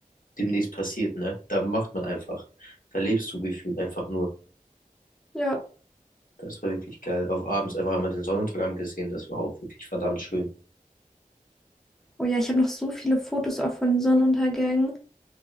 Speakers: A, on the left (about 65°); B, in the centre.
A: demnächst passiert, ne? Da macht man einfach. Da lebst du gefühlt einfach nur.
B: Ja.
A: Das war wirklich geil. Auf abends einfach einmal den Sonnenuntergang gesehen. Das war auch wirklich verdammt schön.
B: Oh ja, ich habe noch so viele Fotos auch von den Sonnenuntergängen.